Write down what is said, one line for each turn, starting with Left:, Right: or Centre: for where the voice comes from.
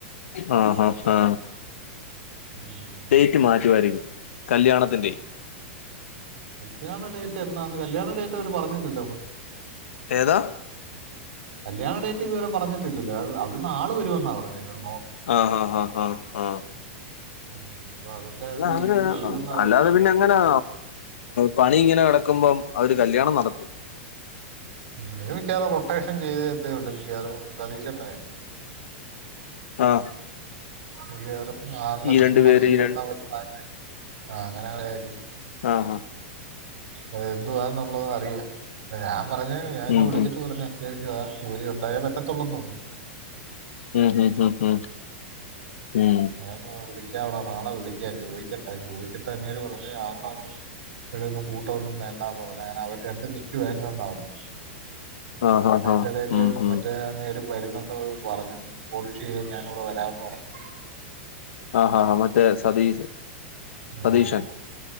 Left: ആ ഹാ ഹാ
Right: ഉം
Left: റ്റുമായിരിക്കും കല്യാണത്തിന്റെ.
Right: കല്യാണ ഡേറ്റ് എന്നാന്ന് കല്യാണ ഡേറ്റ് അവര് പറഞ്ഞില്ലല്ലോ <unintelligible>
Left: ഏതാ
Right: കല്ല്യാണ ഡേറ്റ് ഇതുവരെ പറഞ്ഞിട്ടില്ലല്ലോ. അ അവിടുന്ന് ആള് വരുമെന്നാ പറഞ്ഞ്നോ <unintelligible>
Left: ആഹ് ആഹ് ആഹ് ആഹ് ആഹ
Right: ഉം അപ്പൊ അതിന്റെ
Left: അല്ല
Right: ആ ഒരു
Left: അവര്
Right: രീതിക്ക് ചെയ്യുമെന്നാ
Left: അല്ലാതെ
Right: പറഞ്ഞേക്കുന്നത്
Left: പിന്നെ എ ങ്ങനാ പണി ഇങ്ങനെ കെടക്കുമ്പം അവര് കല്യാണം നടത്തും
Right: വിരമിക്കാന്ള്ള റൊട്ടേഷൻ ചേയ്തതേ ഒള്ളൂ മിക്ക്യവാറും സതീഷ്ന്റെ.
Left: ആഹ്
Right: ഇയേറും നാളെ വിഷും
Left: രണ്ട്
Right: മറിച്ചും
Left: പേര് ഈ
Right: നിർത്താൻ
Left: രണ്ട്
Right: പറ്റുന്ന ആഹ് അങ്ങനെ ആളെ ആയിരിക്കും
Left: ആഹ് അഹ്
Right: അത് എന്തുവാ എന്നുള്ളത് അറിയാം ഞാൻ പറഞ്ഞത് ഞാൻ ഇന്ന്
Left: ഉം
Right: വിളിച്ചിട്ട്
Left: ഹും.
Right: പറഞ്ഞ് അത്യാവശ്യവാ ജോലി ഉണ്ടായേ പറ്റത്തുള്ളൂന്ന് പറഞ്ഞു
Left: ഉം ഉം ഉംഉം
Right: ഓ വിളിക്കാവട നളെ വിളിക്കാം ചോയി ക്കട്ടെ, ചോദിച്ചിട്ട് അങ്ങേര് പറഞ്ഞ് ആളിനെ ഒന്നും ഇപ്പയൊന്നും കൂട്ട് ഒന്നും വേണ്ടാന്ന് പറഞ്ഞു അങ്ങനെ അവര് രണ്ടും നി ക്കായിരുന്നു എന്നാ പറഞ്ഞു
Left: ആ ഹാ
Right: അയിന്റെ
Left: ഹാ
Right: ഇടയില്
Left: ഉം ഹും.
Right: മറ്റേ അങ്ങേരും വരുന്നെന്ന് പറഞഞ്ഞെന്ന് പോളിഷ് ചെയ്യാൻ ഞാനൂടെ വരാമെന്ന് പറഞ്ഞു
Left: ആഹ് ആഹ് മറ്റേ സതീ
Right: ഉം,
Left: സതീഷൻ